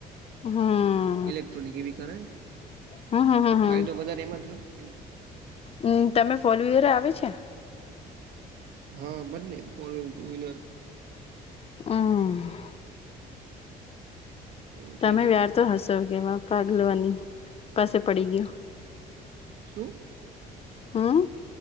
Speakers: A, on the left (about 35°); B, on the right (about 70°).
A: હા,
B: ઇલેક્ટ્રોનિક એવી કરે
A: હમ હમ હમ
B: તો ફાયદો
A: હમ
B: વધારે એમાં થયો ને આપણછે
A: હમ, તમે ફોલવીયર આવે છે?
B: હા, બંને ફોર વ્હીલર, ટુ વ્હીલર
A: અહ,
B: એવું
A: તમે
B: છે જયારે.
A: વ્યાર તો હસો કે એમાં ભાગ લવાની પાસે પડી ગીયુ
B: શું?
A: હા,